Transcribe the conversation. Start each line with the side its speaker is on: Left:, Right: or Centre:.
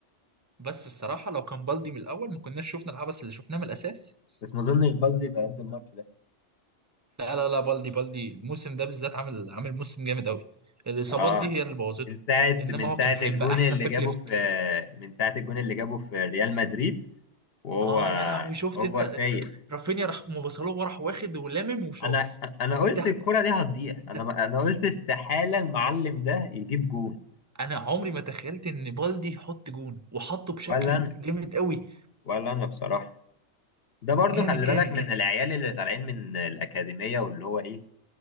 Right: بس الصراحه لو كان بالدي من الاول ما كناش شفنا العبث اللي شفناه من الاساس
Left: بس ما اظنش بلدي بقى قد الماتش ده
Right: لا لا لا بالدي بالدي الموسم ده بالذات عامل عامل موسم جامد قوي الاصابات
Left: اه
Right: دي هي اللي بوظته
Left: من ساعه
Right: انما
Left: من
Right: هو
Left: ساعه
Right: كان هيبقى
Left: الجون
Right: احسن
Left: اللي
Right: باك
Left: جابه
Right: ليفت
Left: في من ساعه الجون اللي جابه في ريال مدريد وهو
Right: اه يا لهوي شفت
Left: هو
Right: انت
Left: فايق
Right: رافينيا راح مبصلوه راح واخد ولامم وشاط
Left: انا انا قلت
Right: ايه ده
Left: الكرة دي هتضيع
Right: ايه
Left: انا
Right: ده
Left: ما- انا قلت استحالة المعلم ده يجيب جون
Right: انا عمري ما تخيلت ان بالدي يحط جون وحطه بشكل
Left: ولا انا
Right: جامد قوي
Left: ولا انا بصراحة ده برضو
Right: جامد
Left: خلي
Right: جامد
Left: بالك من
Right: يعني
Left: العيال اللي طالعين من الأكاديمية واللي هو ايه